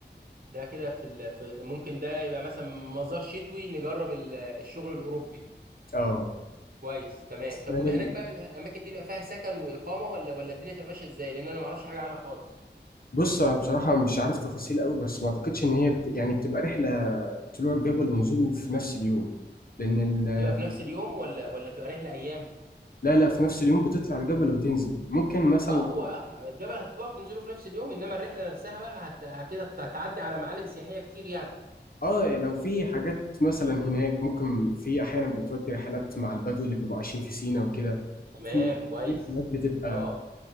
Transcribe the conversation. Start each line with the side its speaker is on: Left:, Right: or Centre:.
Right: ده كده في, ال... في ممكن ده يبقى مثلا مزار شتوي نجرب ال- الشغل الاوروبي
Left: اه
Right: كويس تمام
Left: بس
Right: طب
Left: يعني
Right: وهناك بقى الاماكن دي بقى فيها سكن واقامه ولا ولا الدنيا تبقى ماشيه ازاي لان انا ما اعرفش حاجه عنها خالص
Left: بص انا بصراحه مش عارف تفاصيل قوي بس ما اعتقدش ان هي بت... يعني بتبقى رحله طلوع الجبل ونزوله في نفس اليوم لان ال...
Right: تبقى في نفس اليوم ولا ولا تبقى رحله ايام
Left: لا لا في نفس اليوم بتطلع الجبل وتنزل ممكن مثلا
Right: اه هو اه الجبل هتطلعوا تنزلوا في نفس اليوم انما الرحله نفسها بقى هت... كده هتعدي على معالم سياحيه كتير يعني
Left: اه لو في حاجات مثلا هناك ممكن في احيانا بتودي رحلات مع البدو اللي بيبقوا عايشين في سينا وكده
Right: تمام
Left: في
Right: كويس
Left: في رحلات بتبقى
Right: اه